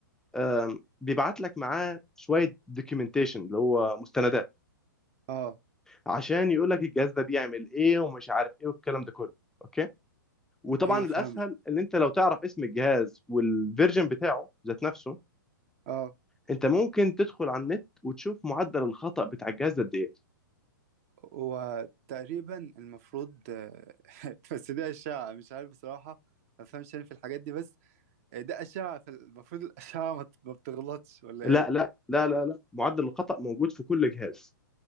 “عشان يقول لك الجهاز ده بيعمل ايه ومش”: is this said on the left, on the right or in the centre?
Centre